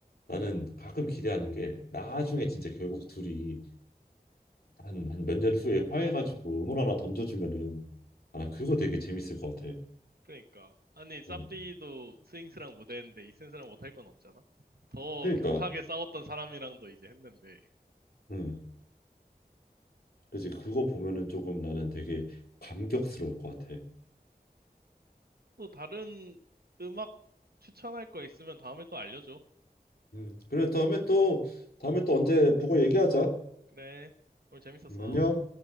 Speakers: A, on the left (about 75°); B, on the right (about 75°).
A: 나는 가끔 기대하는 게 나중에 진짜 결국 둘이 한 한 몇 년 후에 화해가지고 음원 하나 던져주면은 아 그거 되게 재밌을 것 같아.
B: 그러니까 아니 쌈디도
A: 음,
B: 스윙스랑 무대했는데 이센스랑 못 할 건 없잖아. 더
A: 그러니까.
B: 격하게 싸웠던 사람이랑도 이제 했는데
A: 음. 그지 그거 보면은 조금 나는 되게 감격스러울 것 같아.
B: 또 다른 음악 추천할 거 있으면 다음에 또 알려줘.
A: 음. 그래 다음에 또 다음에 또 언제 보고 얘기하자.
B: 그래. 오늘 재밌었어.
A: 음, 안녕.